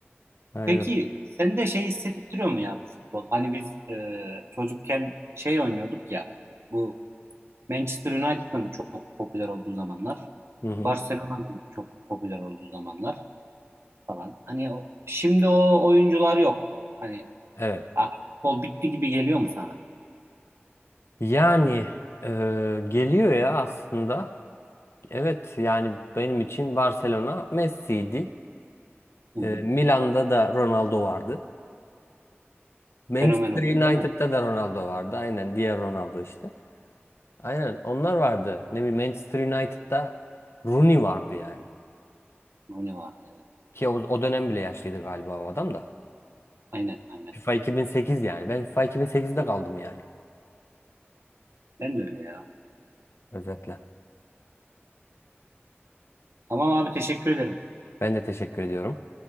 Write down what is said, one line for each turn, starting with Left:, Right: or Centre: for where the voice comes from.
Left: Aynen.
Right: Peki sen de şey hissettiriyor mu ya bu futbol? Hani biz e, çocukken şey oynuyorduk ya. Bu Manchester United'ın çok popüler olduğu zamanlar.
Left: Hı hı.
Right: Barcelona'nın çok popüler olduğu zamanlar falan. Hani o, şimdi o oyuncular yok. Hani
Left: Evet.
Right: artık futbol bitti gibi geliyor mu sana?
Left: Yani e, geliyor ya aslında. Evet yani benim için Barcelona Messi'ydi.
Right: Hı hı.
Left: E, Milan'da da Ronaldo vardı. Manchester
Right: Fenomen oldu
Left: United'da
Right: değil mi?
Left: da Ronaldo vardı. Aynen diğer Ronaldo işte. Aynen onlar vardı. Ne bileyim Manchester United'da Rooney vardı yani.
Right: Rooney vardı evet.
Left: Ki o, o dönem bile yaşlıydı galiba o adam da.
Right: Aynen aynen.
Left: FIFA 2008 yani. Ben FIFA 2008'de kaldım yani.
Right: Ben de öyle ya.
Left: Özetle.
Right: Tamam abi teşekkür ederim.
Left: Ben de teşekkür ediyorum.